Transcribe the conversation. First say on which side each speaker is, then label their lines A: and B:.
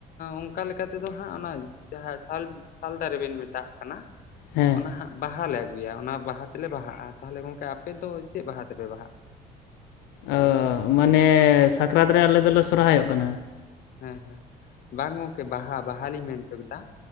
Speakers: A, on the left; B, on the left.
A: ᱚᱱᱠᱟ ᱞᱮᱠᱟ ᱛᱮᱫᱚ ᱦᱟᱸᱜ ᱚᱱᱟ ᱡᱟᱦᱟᱸ ᱥᱟᱞ ᱥᱟᱞ ᱫᱟᱨᱮ ᱵᱤᱱ ᱢᱮᱛᱟᱜ ᱠᱟᱱᱟ
B: ᱦᱮᱸ
A: ᱚᱱᱟ ᱦᱟᱸᱜ ᱵᱟᱦᱟ ᱞᱮ ᱟᱹᱜᱩᱭᱟ ᱚᱱᱟ ᱵᱟᱦᱟ ᱛᱮᱞᱮ ᱵᱟᱦᱟᱜᱼᱟ ᱛᱟᱦᱚᱞᱮ ᱜᱚᱝᱠᱮ ᱟᱯᱮ ᱫᱚ ᱪᱮᱫ ᱵᱟᱦᱟ ᱛᱮᱯᱮ ᱵᱟᱦᱟᱜᱼᱟ?
B: ᱚ ᱢᱟᱱᱮ ᱥᱟᱠᱨᱟᱛ ᱨᱮ ᱟᱞᱮ ᱫᱚᱞᱮ ᱥᱚᱨᱦᱟᱭᱚᱜ ᱠᱟᱱᱟ ᱾
A: ᱦᱮᱸ ᱦᱮᱸ ᱵᱟᱝ ᱜᱚᱝᱠᱮ ᱵᱟᱦᱟ ᱵᱟᱦᱟ ᱞᱤᱧ ᱢᱮᱱ ᱚᱪᱚ ᱠᱮᱫᱟ ᱾